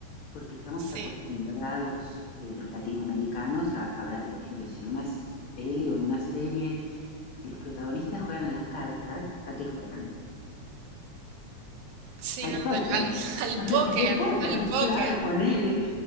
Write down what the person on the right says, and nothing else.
Sí.
Sí,
no,
tal- al, al
póker,
al póker.